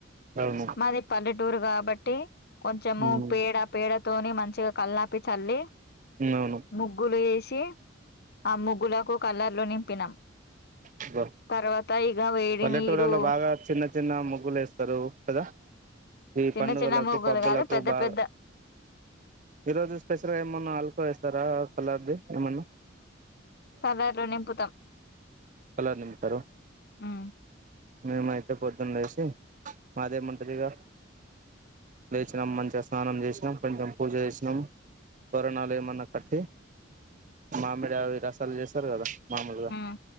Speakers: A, on the right; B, on the left.
A: అవును
B: మాది పల్లెటూరు కాబట్టి కొంచము
A: ఉమ్
B: పేడ పేడతోని మ మంచిగా కల్లాపి చల్లి
A: అవును
B: ముగ్గులు వేస్ తే అ ముగ్గులకు కలర్లు నింపినాం
A: ఇగ
B: తర్వాత ఇక వేడి
A: పల్లెటూరులలో
B: నీరు
A: బాగా చిన్న చిన్న ముగ్గులు ఎస్తారు కద ఈ
B: చిన్న
A: పండుగలకు
B: చిన్న ముగ్గులు
A: పబ్బులకు
B: కాదు పెద్ద
A: బాగా
B: పెద్ద
A: ఈరోజు స్పెషల్ ఏమన్నా అల్కో వేస్తారా అలాగే ఏమన్న
B: కలర్లు నింపుతాం
A: కలర్లు నింపుతారు
B: ఉమ్
A: మీము అయి పొద్దు పొద్దున్న లేసి మదేముంటది ఇగ లేచినాం మంచిగా స్నానం చేసినాం కొంచెం పూజ చేసినాం తోరణాలు ఏమన్నా కట్టి మామిడి అవి రసాలు చేస్తారు కదా మామూలుగా
B: ఉమ్